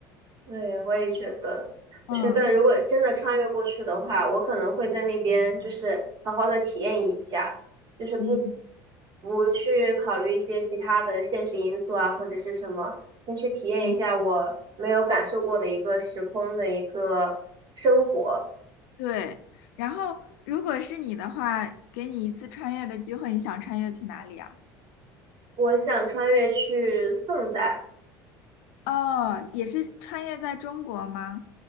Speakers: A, on the right; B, on the left.
A: 对，我也觉得，
B: 嗯
A: 我觉得如果真的穿越过去的话，我可能会在那边就是好好的体验一下，就是不
B: 嗯
A: 不去考虑一些其他的现实因素啊，或者是什么，先去体验一下我没有感受过的一个时空的一个生活。
B: 嗯，对。然后，如果是你的话，给你一次穿越的机会，你想穿越去哪里啊？
A: 我想穿越去宋代。
B: 哦，也是穿越在中国吗？